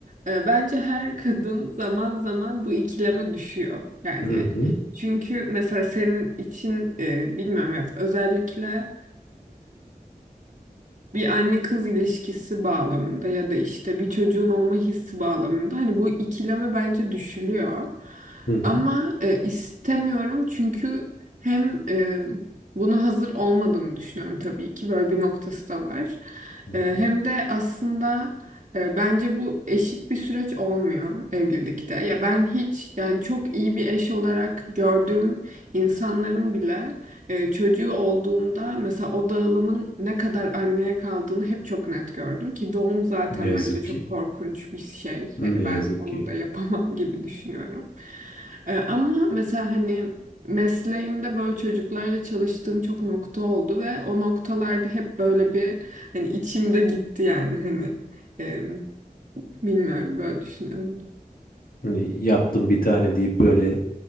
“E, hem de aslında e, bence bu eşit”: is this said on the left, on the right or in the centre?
Right